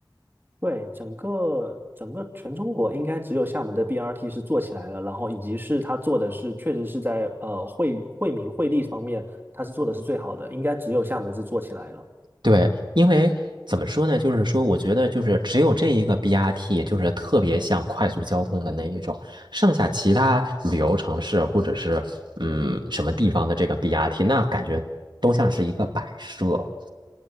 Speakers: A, on the right; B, on the right.
A: 对，整个整个全中国应该只有厦门的 BRT 是做起来了，然后以及是它做的是确实是在呃惠惠民惠利方面，它是做的是最好的，应该只有厦门是做起来了。
B: 对，因为怎么说呢，就是说，我觉得就是只有这一个 BRT，就是特别像快速交通的那一种，剩下其他旅游城市或者是嗯什么地方的这个 BRT，那感觉都像是一个摆设。